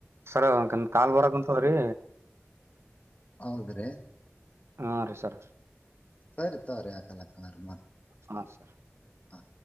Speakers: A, on the right; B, on the left.
A: ಸರಿಕ ಕಾ ಬರ ಸರಿ
B: ಆದ್ರೆ
A: ಹಾ ರೀ ಸರ್
B: ಸರಿ ತರಿ ಆ ಕಲ ಕಳರ್ ಮತ್
A: ಹಾ ಸರ್
B: ಪ್ಪ